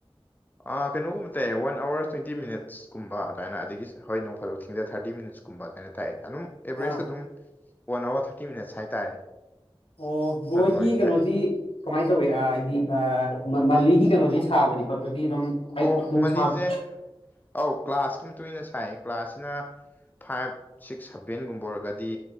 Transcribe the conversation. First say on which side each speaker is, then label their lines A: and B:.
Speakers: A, on the left (about 20°); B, on the left (about 70°).
A: ꯑꯥ ꯀꯩꯅꯣꯒꯕ ꯇꯥꯛꯑꯦ ꯋꯥꯟ ꯑꯋꯥꯔ ꯇ꯭ꯋꯦꯟꯇꯤ ꯃꯤꯅꯠꯁꯀꯨꯝꯕ ꯑꯗꯥꯏꯅ ꯑꯗꯒꯤ ꯍꯣꯏ ꯅꯣꯡ ꯐꯥꯗꯣꯛ ꯊꯦꯡꯅ ꯊꯔꯇꯤ ꯃꯤꯅꯠꯁꯀꯨꯝ ꯀꯨꯝꯕ ꯑꯗꯥꯏꯅ ꯇꯥꯛꯑꯦ ꯑꯗꯨꯝ
B: ꯑꯥ
A: ꯑꯦꯚꯔꯦꯖꯇ ꯑꯗꯨꯝ ꯋꯥꯟ ꯑꯋꯥꯔ ꯊꯥꯔꯇꯤ ꯃꯤꯅꯠꯁ ꯍꯥꯏꯇꯥꯔꯦ
B: ꯑꯣ ꯕ꯭ꯔꯣ
A: ꯑꯗꯨꯃꯥꯏꯅ
B: ꯍꯣꯏꯒꯤ
A: ꯇꯥꯛꯑꯦ
B: ꯀꯩꯅꯣꯗꯤ ꯀꯃꯥꯏ ꯇꯧꯋꯤ ꯑꯥ ꯍꯥꯏꯗꯤ ꯑꯥ ꯃꯜꯂꯤꯒꯤ ꯀꯩꯅꯣꯗꯤ ꯁꯥꯕꯗꯤ ꯈꯣꯠꯄꯗꯤ ꯑꯗꯨꯝ ꯑꯩꯃꯨꯛ
A: ꯑꯣ ꯃꯅꯤꯖꯦ
B: ꯁꯥꯕ
A: ꯑꯧ ꯀ꯭ꯂꯥꯁꯀꯤ ꯃꯇꯨꯡ ꯏꯟꯅ ꯁꯥꯏ ꯀ꯭ꯂꯥꯁꯁꯤꯅ ꯐꯥꯏꯕ ꯁꯤꯛꯁ ꯁꯚꯦꯟꯒꯨꯝꯕ ꯑꯣꯏꯔꯒꯗꯤ